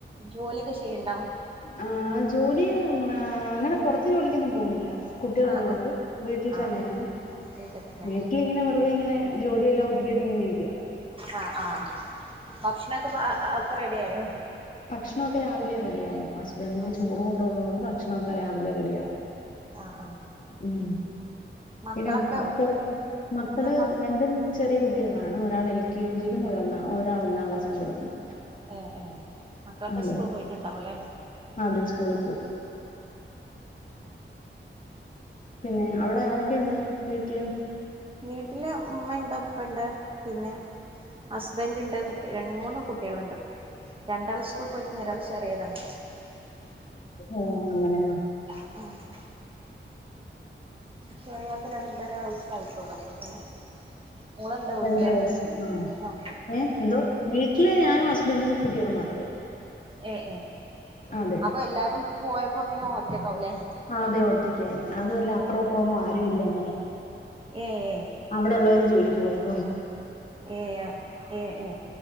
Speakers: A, on the right (about 25°); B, on the left (about 40°).
A: ജോല്യൊക്കെ ചെയ്യണ്ടോ.
B: ആ ജോലി എന്താ അങ്ങനെ പൊർത്ത് ജോലിക്കൊന്നും പോകുന്നില്ല. കുട്ടികളുള്ളോണ്ട്
A: ആഹ് ആഹ്
B: വീട്ടിൽ
A: ആഹ്
B: തന്നെയാണ്
A: ആഹ് വീട്ടിൽ തന്നെ
B: വീട്ടില്ങ്ങനെ വെറുതെ ഇങ്ങനെ. ജോലിയെല്ലാം ഒതുക്കിയിട്ടിഞ്ഞിരിക്ക.
A: ആഹ് ആഹ് ഭക്ഷണൊക്കെ പാ ഒക്കെ റെഡി ആയോ.
B: ഭക്ഷണൊക്കെ രാവിലെ റെഡിയാവും ഹസ്ബൻഡിന്
A: ഉം
B: ചോറ് കൊണ്ടോള്ളതുകൊണ്ട് ഭക്ഷണൊക്കെ രാവിലെ റെഡിയാവും.
A: ആഹ് ആഹ്.
B: ഉം
A: മക്കളൊക്കെ
B: പിന്നെ പുറത്ത് മക്കള്
A: എന്താപ്പ
B: രണ്ടും. ചെറിയ കുട്ടികളാണ് ഒരാള് എൽ കെ ജിയിലും ഒരൊന്ന ഒരാൾ ഒന്നാം ക്ലാസ്സിലും പഠിക്കുന്നു.
A: ഏഹ് ഏഹ് മക്കളൊക്കെ
B: അതെ
A: സ്കൂള് പോയിട്ടുണ്ടാവുലെ.
B: അതെ സ്കൂളിൽ പോയി പിന്നെ
A: ആഹ്
B: അവ്ടെ ആരൊക്കെയുണ്ട് വീട്ടില്.
A: വീട്ടില് ഉമ്മുണ്ട് ഉപ്പണ്ട് പിന്നെ ഹസ്ബൻറ്ണ്ട്. രണ്ട് മൂന്ന് കുട്ടികള്ണ്ട് രണ്ടാള് സ്കൂൾ പൊയ്ക്ക്ണ് ഒരാൾ ചെറിയതാണ്.
B: ഓഹ് അങ്ങനെയാ.
A: ആഹ്. ചെറിയൊക്ക് രണ്ടര വയസ്സായിട്ടൊള്ളു അപ്പൊ പിന്നെ. മോള്ണ്ട് വീട്ടില്
B: രണ്ടര വയസ്സ് ആഹ്
A: അ ആഹ്.
B: ഏ എന്തോ വി ട്ടില് ഞാനും ഹസ്ബൻഡും കുട്ടികളും മാത്രേ ഉള്ളൂ
A: ഏഹ് ഏഹ്
B: അതെ
A: അപ്പൊ എല്ലാരും പോയപ്പോ പിന്നെ ഒറ്റക്കാവല്ലേ
B: ആഹ് അതെ ഒറ്റയ്ക്കായി അത്വല്ല അപ്പറൊ ഇപ്പറൊന്നും ആരും ഇല്ല അങ്ങനെ
A: ഏഹ്
B: അവിടൊള്ളോരും ജോലിക്ക് പോയിരുന്നു-
A: ഏഹ് ഏഹ് ഏ